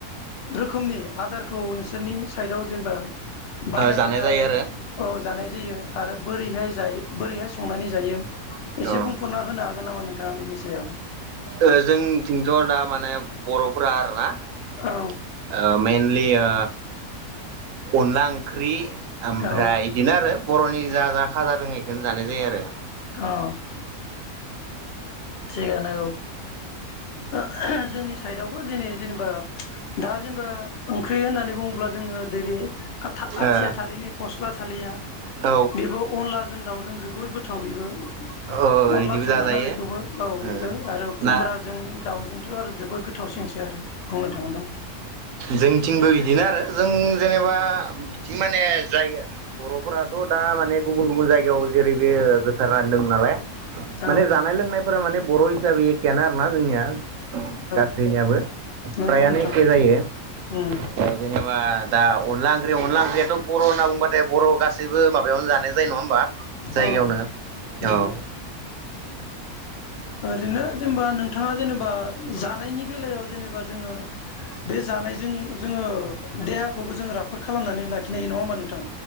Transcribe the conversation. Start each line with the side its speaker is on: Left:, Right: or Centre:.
Left: रोखोमनि आदारखौ नोंसोरनि साइदआव जेनेबा बानायो
Right: जानाय जायो
Left: आरो औ जानाय जायो आरो बोरैहाय जायो बोरैहाय संनानै जायो एसे
Right: औ
Left: बुंफुरना होनो हागोन नामा नोंथाङा बेनि सायाव
Right: ओ जोंनिथिंथ दा माने बरफोरा आरो ना आ
Left: औ
Right: मेेनलि आ ओ अनला ओंख्रि ओमफ्राय
Left: औ
Right: बिदिनो आरो बरनि जा जा खाजा दंं बेखौनो जानाय जायो आरो
Left: औ थिगानो औ जोंनि साइदआवबो दिनै जेनेबा दा जेनेबा ओंख्रि होननानै बुङोब्ला जोङो दैबे आथिया
Right: ओ
Left: थाललि नै फस्ला थालिया
Right: औ
Left: बेबो अनलाजों दाउजों जबो जोबोर गोथाव बेबो
Right: ओ
Left: अनला
Right: इदिबो
Left: संओना‌
Right: जाजायो
Left: बे बेखौबो औ
Right: ओ
Left: बेखौ आरो खुमब्राजों
Right: ना
Left: दाउजोंथ आरो जोबोद गोथ थावसिनसो आरो बुंनो थाङोबा
Right: जोंथिंबो बिदिनो आरो जों जेनेबा बिथिं माने जायगा बरफोरा थ दा माने गुबुन गुबुन जाय बेयाव जेरै बे गोसार रानदों नालाय माने
Left: औ
Right: जानाय लोंनायफोरा माने बर हिसाबै एखेआनो आरोना जोंनिया
Left: औ
Right: गासैनियाबो
Left: नंगौ
Right: फ्रायानो
Left: नोंथां
Right: एखे जायो
Left: उम
Right: जेनेबा दा अनला ओंख्रियाव अनला ओंख्रियाथ बर होनना बुंबाथाय बर गासैबो माबायावनो जानाय जायो नङा होमबा? जायगायावनो
Left: औ उम
Right: औ
Left: ओरैनो जेनेबा नोंथाङा जेनेबा जानायनि बेलायाव जेनेबा जोङो बे जानायजों जोङो देहाखौबो जों राफोद खालामनानै लाखिनो हायो नङा होमबा नोंथां?